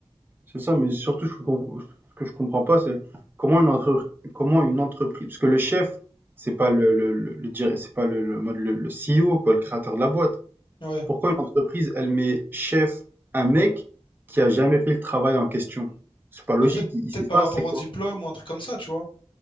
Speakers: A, on the right (about 20°); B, on the left (about 50°).
A: C'est ça, mais surtout, je com- ce que je comprends pas, c'est comment une entre- comment une entreprise, parce que le chef, c'est pas le, le, le, le dir- c'est pas le, le, mode- le- le CEO, quoi, le créateur de la boîte.
B: Ouais.
A: Pourquoi une entreprise, elle met chef un mec qui a jamais fait le travail en question? C'est pas logique,
B: Mais peut-être
A: il, il
B: peut-être
A: sait
B: par
A: pas
B: rapport
A: c'est
B: au
A: quoi.
B: diplôme ou un truc comme ça, tu vois.